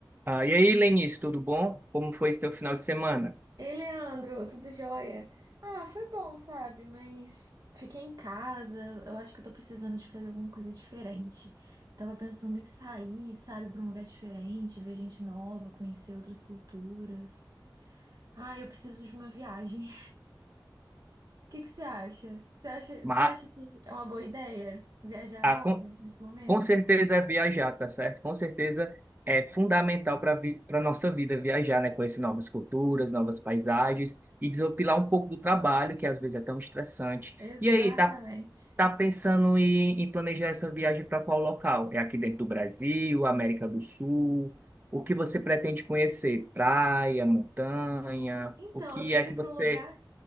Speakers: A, on the right; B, on the right.
A: Ah, e aí, Lenice, tudo bom? Como foi seu final de semana?
B: Ei, Leandro, tudo jóia? Ah, foi bom, sabe? Mas fiquei em casa. Eu acho que eu tô precisando de fazer alguma coisa diferente. Tava pensando em sair, sabe, pra um lugar diferente, ver gente nova, conhecer outras culturas. Ah, eu preciso de uma viagem. <laughs> O que que você acha? Você acha,
A: Ma-
B: você acha que é uma boa ideia viajar
A: ah,
B: agora,
A: com,
B: nesse momento?
A: com certeza é viajar, tá certo? Com certeza é fundamental para para nossa vida viajar, né? Conhecer novas culturas, novas paisagens e desopilar um pouco do trabalho, que às vezes é tão estressante.
B: Exatamente.
A: E aí, tá, tá pensando em, em planejar essa viagem para qual local? É aqui dentro do Brasil, América do Sul? O que você pretende conhecer? Praia, montanha?
B: Então,
A: O que
B: eu quero
A: é que
B: ir
A: você
B: para um lugar